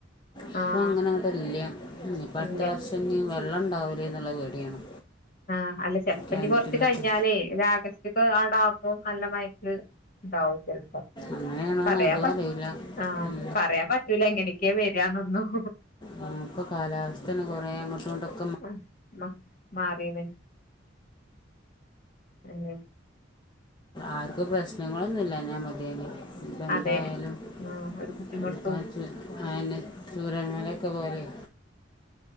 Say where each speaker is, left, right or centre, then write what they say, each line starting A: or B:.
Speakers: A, on the left; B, on the left.
A: പ്പൊ
B: ആഹ്
A: അങ്ങനെ അങ്ങടെ ഇല്ല്യഞ്ഞിപ്പൊ അട്ത്ത
B: ഇല്ല
A: വർഷം ഞ്ഞ് വള്ളം ഉണ്ടാവൂലേഎന്നള്ള പേടിയാണ്
B: ആഹ്‌ അല്ല ചെൽപ്പഞ്ഞി
A: കിണറ്റിലൊക്കെ
B: കൊറച്ച് കഴിഞ്ഞാലേ ഒരാഗസ് <unintelligible> നല്ല മയക്ക് ഉണ്ടാവും ചെൽപ്പോ
A: അങ്ങനെയാണോന്ന്
B: പറയാൻ
A: അതും
B: പറ്റ്
A: അറിയില്ല
B: ആഹ്‌
A: ഉം.
B: പറയാൻ പറ്റൂല എങ്ങനക്കെവരന്നൊന്നും
A: നമുക്ക് കാലാവസ്ഥന്നെ കൊറേ അങ്ങോട്ടുംങ്ങട്ടും
B: ഉം മ്മ മാറിയ്ണ് <unintelligible>
A: ആർക്കും പ്രശ്നങ്ങളൊന്നുംല്ലഞാമതിയെനി ഇപ്പംന്തായാലും
B: അതെ
A: <unintelligible>
B: ഉം ഒരു ബുദ്ധിമുട്ടും
A: അയന്നെ ചൂരൽമലൊക്കെ പോലെയ്